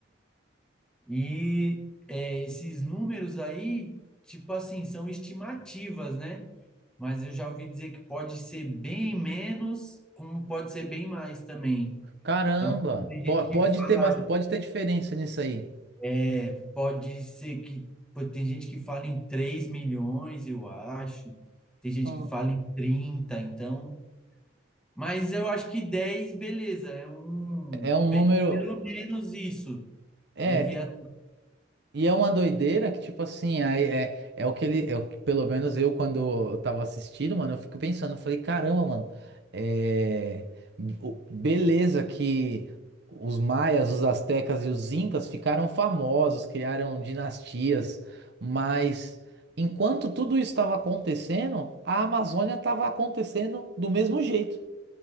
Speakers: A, in the centre; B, on the right.
A: E eh, esses números aí, tipo assim, são estimativas, né? Mas eu já ouvi dizer que pode ser bem menos, como pode ser bem mais também.
B: Caramba,
A: Então, tem gente
B: po- pode
A: que fala,
B: ter, bas- pode ter diferença nisso aí.
A: é, pode ser que, pô, tem gente que fala em 3 milhões, eu acho, tem gente
B: Ah,
A: que fala em 30 então, mas eu acho que 10 beleza, é um,
B: É um
A: be-
B: número.
A: pelo menos isso,
B: É,
A: devia,
B: E é uma doideira que, tipo assim, aí é, é o que ele. É o que, pelo menos eu, quando eu tava assistindo, mano, eu fico pensando, eu falei, caramba, mano, é, o- beleza que os maias, os astecas e os incas ficaram famosos, criaram dinastias, mas enquanto tudo isso estava acontecendo, a Amazônia estava acontecendo do mesmo jeito.